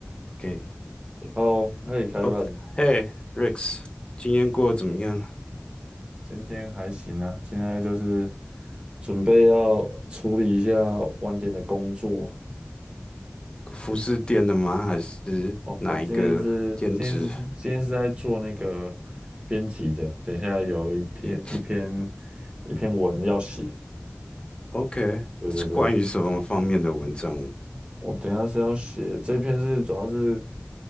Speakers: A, on the left; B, on the right.
A: OK，
B: 哦，可以开办。
A: o 嘿，Rex，今天过得怎么样？
B: 今天还行啊，现在就是准备要处理一下晚点的工作。
A: 服饰店的吗？
B: 对，
A: 还是哪一个兼职？
B: 哦，我今天是今天是今天是在做那个编辑的，等一下有一篇一篇
A: 嗯
B: 一篇文要写。
A: ，OK，
B: 对对对，
A: 是关于什么方面的文章？
B: 我等一下是要写这篇是主要是，